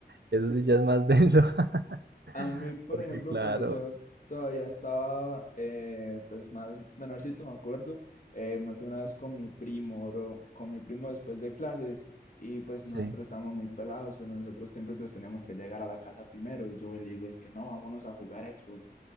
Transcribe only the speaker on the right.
eso sí ya es más denso, <laughs>
porque
claro,
sí,